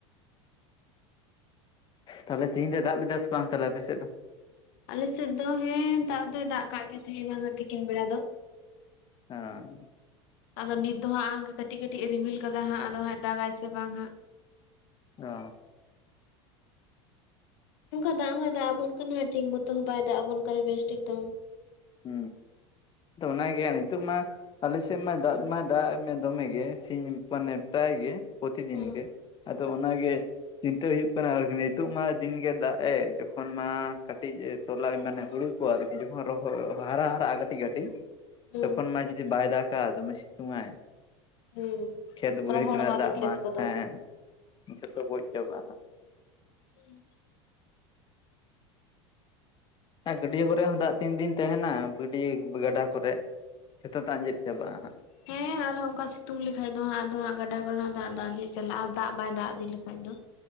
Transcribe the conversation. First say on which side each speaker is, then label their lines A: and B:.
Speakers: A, on the left; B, on the left.
A: ᱛᱟᱦᱚᱞᱮ ᱛᱮᱦᱤᱧ ᱫᱚᱭ ᱫᱟᱜ ᱞᱮᱫᱟ ᱥᱮ ᱵᱟᱝ ᱛᱟᱞᱮ ᱟᱯᱮ ᱥᱮᱫ ᱫᱚ?
B: ᱟᱞᱮ ᱥᱮᱫ ᱦᱮᱸ ᱫᱟᱜ ᱫᱚᱭ ᱫᱟᱜ ᱠᱟᱜ ᱜᱮᱭᱟ ᱛᱤᱠᱤᱱ ᱵᱮᱲᱟ ᱫᱚ᱾
A: ᱦᱟᱸ᱾
B: ᱟᱫᱚ ᱱᱤᱛ ᱫᱚ ᱦᱟᱸᱜ ᱠᱟᱹᱴᱤᱡ ᱠᱟᱹᱴᱤᱡ ᱮ ᱨᱤᱢᱤᱞ ᱠᱟᱫᱟ ᱦᱟᱸᱜ ᱟᱫᱚ ᱦᱟᱜ ᱫᱟᱜᱟᱭ ᱥᱮ ᱵᱟᱝ ᱦᱟᱸᱜ᱾
A: ᱚᱻ
B: ᱚᱱᱠᱟ ᱫᱟᱜ ᱦᱚᱸᱭ ᱫᱟᱜ ᱟᱵᱚᱱ ᱠᱟᱱᱟ ᱟᱨ ᱴᱷᱤᱠ ᱢᱚᱛᱚ ᱦᱚᱸ ᱵᱟᱭ ᱫᱟᱜ ᱟᱵᱚᱱ ᱠᱟᱱᱟ ᱵᱮᱥ ᱴᱷᱤᱠᱫᱚ᱾
A: ᱦᱩᱸ᱾ ᱛᱚ ᱚᱱᱟ ᱜᱮ ᱱᱤᱛᱳᱜ ᱢᱟ ᱟᱞᱮ ᱥᱮᱫ ᱢᱟᱭ ᱫᱟᱜ ᱢᱟᱭ ᱫᱟᱜ ᱢᱮ ᱫᱚᱢᱮᱜ ᱜᱮ ᱥᱤᱧ ᱢᱟᱱᱮ ᱯᱨᱟᱭ ᱜᱮ ᱯᱨᱚᱛᱤᱫᱤᱱ
B: ᱦᱮᱸ
A: ᱜᱮ᱾ ᱟᱫᱚ ᱚᱱᱟ ᱜᱮᱼᱼ ᱪᱤᱱᱛᱟᱹ ᱦᱩᱭᱩᱜ ᱠᱟᱱᱟ ᱟᱨᱠᱤ ᱱᱤᱛᱚᱜ ᱢᱟ ᱫᱤᱱᱜᱮ ᱫᱟᱜ ᱮᱜ ᱡᱚᱠᱷᱚᱱ ᱢᱟ ᱠᱟᱹᱴᱤᱡᱼᱼ ᱛᱚᱞᱟ ᱢᱟᱱᱮ ᱦᱩᱲᱩ ᱠᱚ ᱟᱨᱠᱤ ᱡᱚᱠᱷᱚᱱ ᱨᱚᱦᱚᱭ ᱦᱟᱨᱟᱜ ᱦᱟᱨᱟ <unintelligible>
B: ᱦᱮᱸ
A: ᱛᱚᱠᱷᱚᱱ ᱢᱟ ᱡᱩᱫᱤ ᱵᱟᱭ ᱫᱟᱜᱼᱟ ᱫᱚᱢᱮ ᱥᱤᱛᱩᱝ ᱟᱭᱼᱼ
B: ᱦᱮᱸ
A: ᱠᱷᱮᱛ ᱵᱟᱹᱭᱦᱟᱹᱲ
B: ᱨᱚᱦᱚᱲᱚᱜᱼᱟ
A: ᱠᱚᱨᱮᱱᱟᱜ
B: ᱟᱫᱚ
A: ᱫᱟᱜ
B: ᱠᱷᱮᱛ
A: ᱢᱟ
B: ᱠᱚᱫᱚ
A: ᱦᱮᱸ ᱡᱚᱛᱚ ᱜᱚᱡ ᱪᱟᱵᱟᱜᱼᱟ᱾
B: <unintelligible>
A: ᱜᱟᱹᱰᱭᱟᱹ ᱠᱚᱨᱮ ᱦᱚᱸ ᱫᱟᱜ ᱛᱤᱱ ᱫᱤᱱ ᱛᱟᱦᱮᱱᱟ ᱜᱟᱹᱰᱭᱟᱹ ᱜᱟᱰᱟ ᱠᱚᱨᱮ᱾ ᱡᱚᱛᱚ ᱛᱚ ᱟᱸᱡᱮᱫ ᱪᱟᱵᱟᱜᱼᱟ ᱦᱟᱜ᱾
B: ᱦᱮᱸ ᱟᱨᱦᱚ ᱚᱱᱠᱟ ᱥᱤᱛᱩᱝ ᱞᱮᱠᱷᱟᱡ ᱫᱚ ᱦᱟᱜ ᱟᱫᱚ ᱦᱟᱜ ᱜᱟᱰᱟ ᱠᱚᱨᱮ ᱫᱟᱜ ᱫᱟᱜ ᱟᱫᱚ ᱟᱸᱡᱮᱫ ᱪᱟᱞᱟᱜᱼᱟ ᱫᱟᱜ ᱵᱟᱭ ᱫᱟᱜ ᱤᱫᱤ ᱞᱮᱠᱷᱷᱟᱡ ᱫᱚ᱾